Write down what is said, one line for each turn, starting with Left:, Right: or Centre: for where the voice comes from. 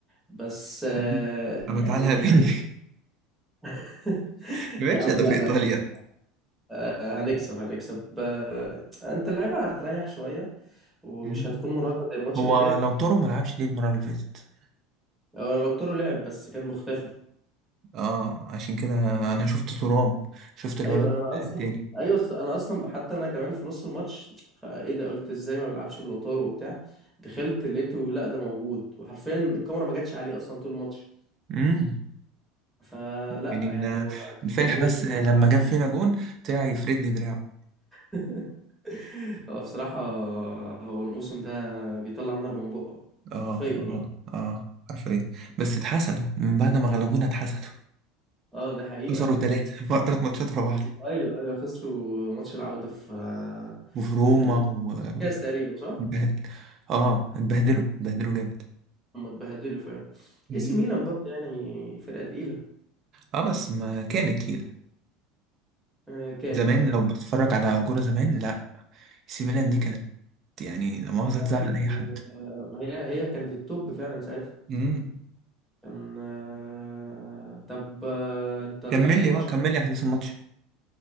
Centre: بس آه،
Right: مم. أما
Centre: يعني
Right: تعالى قابلني
Centre: <laughs>
Right: <laughs> ماشي
Centre: يا عم
Right: ده
Centre: لا
Right: في إيطاليا
Centre: لا آه، هنكسب هنكسب آه، انت اللعيبه هتريح شويه ومش
Right: مم.
Centre: هتكون مرهقه زي الماتش
Right: هو
Centre: اللي فات
Right: لو طاروا ما لعبش ليه المره اللي فاتت
Centre: هو لو طاروا لعب بس كان مختفي
Right: اه عشان كده انا أنا شفت ترام شفت الولد
Centre: ايوه انا اصلا
Right: التاني
Centre: ايوه أصلا- انا اصلا حتى انا كمان في نص الماتش فايه ده قلت ازاي ما بيلعبش بلوتارو وبتاع دخلت لقيته لا ده موجود وحرفيا الكاميرا ما جاتش عليه اصلا طول الماتش
Right: امم
Centre: فلا
Right: يعني
Centre: يعني
Right: أنا
Centre: هو
Right: الفرح
Centre: موجود
Right: بس لما
Centre: اه
Right: جاب فينا جون طلع يفرد لي دراعه
Centre: <laughs> هو بصراحة هو الموسم ده بيطلع النار من بقه
Right: اه
Centre: حرفيا يعني
Right: اه اه عارفين بس اتحسدوا من بعد ما غلبونا اتحسدوا
Centre: اه ده حقيقة
Right: خسروا ثلاثة <laughs> ثلاث ماتشات ورا بعض
Centre: ايوه ايوه خسروا ماتش العودة في
Right: وفي روما
Centre: في
Right: و
Centre: الكاس تقريبا صح؟
Right: اتبهدل. اه اتبهدلوا اتبهدلوا جامد
Centre: هم اتبهدلوا فعلا
Right: مم.
Centre: اي سي ميلان برضه يعني فرقة تقيلة
Right: اه بس ما كانت كده
Centre: آه، كانت
Right: زمان
Centre: فعلا
Right: لو بتتفرج على كورة زمان لا سي ميلان دي كانت يعني لا مؤاخذة
Centre: نعم.
Right: تزعل أي حد
Centre: آه، هي هي كانت التوب فعلا ساعتها
Right: مم.
Centre: كان آه، طب آه، انت الاخر
Right: كمل لي
Centre: ماتش
Right: اه كمل
Centre: ع-
Right: لي أحداث الماتش